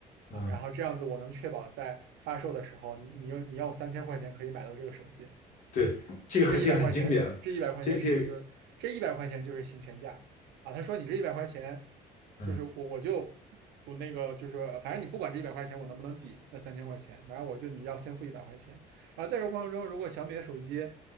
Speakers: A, on the right; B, on the left.
A: 啊，
B: 嗯，
A: 然后这样子我能确保在发售的时候，你你用你用三千块钱可以买到这个手机
B: 对，这个很这个很经典了，
A: 这一百块钱，这一百块钱是不是就是这一百块钱就是行权价啊？
B: 这这
A: 他说你这一百块钱，
B: 嗯，
A: 就是我我就不那个，就是反正你不管这一百块钱我能不能抵那三千块钱，反正我就你要先付一百块钱。然后在这过程中，如果小米的手机